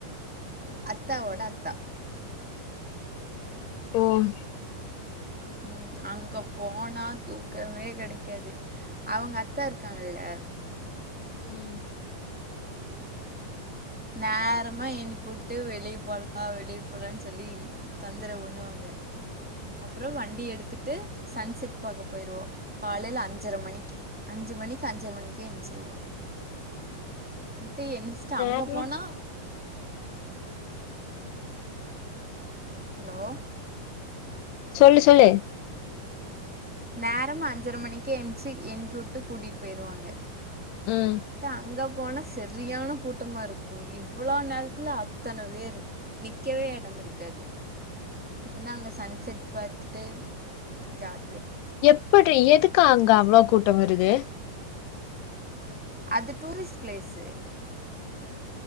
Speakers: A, in the centre; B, on the left (about 85°).
A: அத்தாவோட
B: ம்
A: அத்தா
B: ஓம்
A: ம் அங்க போனா தூக்கமே கெடைக்காது அவங்க அத்த இருக்காங்கல்ல அ
B: ம்
A: நேரமா எனுப்புட்டு வெளிய போலா வெளிய போலான் சொல்லி தொந்தரவு பண்ணுவாங்க அப்புறோ வண்டி எடுத்துட்டு சன் செட் பாக்க போயிருவோ காலைல அஞ்சர மணிக்கு அஞ் சி மணிக்கு அஞ்சர மணிக்கே எனிச்சிருவோ ட்டு எனிச்சிட்டு
B: வேறமா
A: அங்க போனா ஹலோ
B: சொல்லு சொல்லே
A: நேரம்மா அஞ்சர மணிக்கே என்சி எனுப்பிவுட்டு கூட்டிட்டு போயிருவாங்க
B: ம்
A: தா அங்கப் போன செரியான கூட்டமாருக்கோ இவ்ளோ நேரத்தில அத்தன பேரு நிக்கவே எடம் மிருக்காது பின்ன அங்க சன் செட் பாத்துட்டு ஜால்
B: எப்புட்ரி எதுக்கு அங்க அவ்ளோ கூட்ட வருது
A: அது டூரிஸ்ட் பிளேஸு